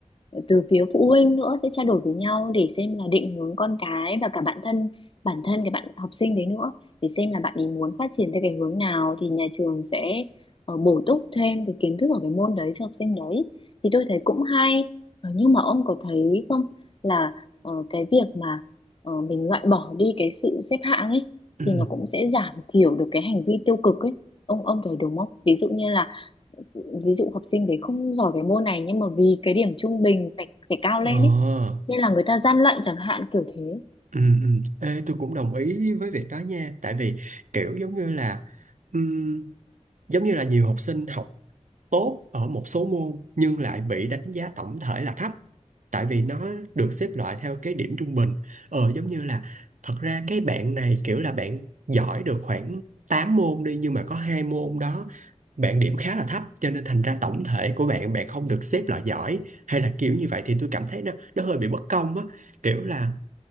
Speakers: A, on the left; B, on the right.
A: từ phía phụ huynh nữa sẽ trao đổi với nhau để xem là định hướng con cái và cả bản thân bản thân cái bạn học sinh đấy nữa để xem là bạn ấy muốn phát triển theo cái hướng nào thì nhà trường sẽ ờ, bổ túc thêm cái kiến thức ở cái môn đấy cho học sinh đấy thì tôi thấy cũng hay Ờ, nhưng mà ông có thấy không là ờ, cái việc mà ờ, mình loại bỏ đi cái sự xếp hạng ấy
B: ừ
A: thì nó cũng sẽ giảm thiểu được cái hành vi tiêu cực ấy ông ông thấy đúng không ví dụ như là ví dụ học sinh đấy không giỏi cái môn này nhưng mà vì cái điểm trung bình phải phải cao
B: ờ
A: lên ấy nên là người ta gian lận chẳng hạn kiểu thế
B: ừ ừ ê tôi cũng đồng ý với việc đó nha tại vì kiểu giống như là ừm, giống như là nhiều học sinh học tốt ở một số môn nhưng lại bị đánh giá tổng thể là thấp tại vì nó được xếp loại theo cái điểm trung bình ờ giống như là thật ra cái bạn này kiểu là bạn giỏi được khoảng 8 môn đi nhưng mà có hai môn đó bạn điểm khá là thấp cho nên thành ra tổng thể của bạn bạn không được xếp loại giỏi hay là kiểu như vậy thì tôi cảm thấy nó nó hơi bị bất công á kiểu là